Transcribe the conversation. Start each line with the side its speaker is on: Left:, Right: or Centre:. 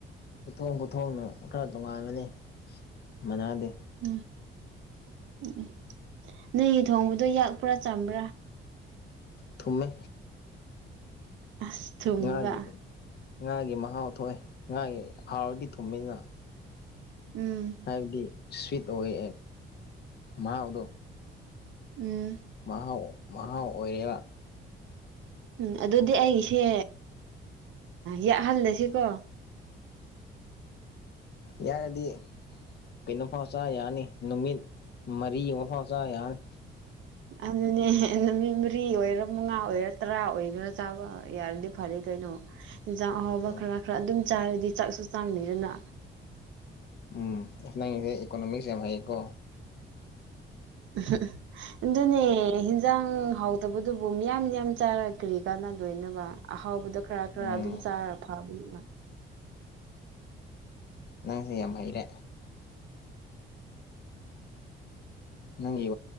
Left: ꯄꯠꯊꯣꯛ ꯄꯨꯊꯣꯛꯅ ꯈꯔ ꯇꯣꯉꯥꯟꯕꯅꯤ ꯃꯅꯥꯗꯗꯤ
Right: ꯎꯝ ꯎꯝ ꯅꯣꯏ ꯊꯣꯡꯕꯗꯣ ꯌꯥꯛꯄ꯭ꯔꯥ ꯆꯝꯕ꯭ꯔꯥ
Left: ꯊꯨꯝꯃꯦ
Right: ꯑꯁ ꯊꯨꯝꯃꯤꯕ
Left: ꯉꯥꯒꯤ ꯉꯥꯒꯤ ꯃꯍꯥꯎ ꯊꯣꯛꯑꯦ ꯉꯥꯒꯤ ꯍꯥꯎꯔꯗꯤ ꯊꯨꯝꯃꯤꯅꯤꯅ
Right: ꯎꯝ
Left: ꯍꯥꯏꯕꯗꯤ ꯁ꯭ꯋꯤꯠ ꯑꯣꯏ ꯃꯍꯥꯎꯗꯣ
Right: ꯎꯝ
Left: ꯃꯍꯥꯎ ꯃꯍꯥꯎ ꯑꯣꯏꯔꯦꯔ
Right: ꯎꯝ ꯑꯗꯨꯗꯤ ꯑꯩꯒꯤꯁꯦ ꯌꯥꯛꯍꯜꯂꯁꯤꯀꯣ
Left: ꯌꯥꯔꯗꯤ ꯀꯩꯅꯣꯐꯥꯎ ꯆꯥ ꯌꯥꯅꯤ ꯅꯨꯃꯤꯠ ꯃꯔꯤ ꯑꯃ ꯐꯥꯎ ꯆꯥ ꯌꯥꯅꯤ
Right: ꯑꯗꯨꯅꯦ ꯅꯨꯃꯤꯠ ꯃꯔꯤ ꯑꯣꯏꯔꯥ ꯃꯉꯥ ꯑꯣꯏꯔꯥ ꯇꯔꯥ ꯑꯣꯏꯒꯔꯥ ꯆꯥꯕ ꯌꯥꯔꯗꯤ ꯐꯔꯦ ꯀꯩꯅꯣ ꯌꯦꯟꯖꯥꯡ ꯑꯍꯥꯎꯕ
Left: ꯎꯝ
Right: ꯈꯔ ꯈꯔ ꯑꯗꯨꯝ ꯆꯥꯔꯗꯤ ꯆꯥꯛꯁꯨ ꯆꯥꯡꯅꯤꯗꯅ
Left: ꯎꯝ ꯑ ꯅꯪꯁꯦ ꯏꯀꯣꯅꯣꯃꯤꯛꯁ ꯌꯥꯝ ꯍꯩꯌꯦꯀꯣ
Right: <unintelligible> ꯑꯗꯨꯅꯦ ꯍꯟꯖꯥꯡ ꯍꯥꯎꯇꯕꯗꯨꯕꯨ ꯃꯤꯌꯥꯝ ꯌꯥꯝ ꯆꯥꯔꯛꯈ꯭ꯔꯤ ꯀꯥꯟꯅꯗꯣꯏꯕ ꯑꯍꯥꯎꯕꯗ ꯈꯔ ꯈꯔ
Left: ꯎꯝ
Right: ꯑꯗꯨꯝ ꯆꯥꯔ ꯐꯕꯅꯤꯅ
Left: ꯅꯪꯁꯦ ꯌꯥꯝ ꯍꯩꯔꯦ ꯅꯪ <unintelligible>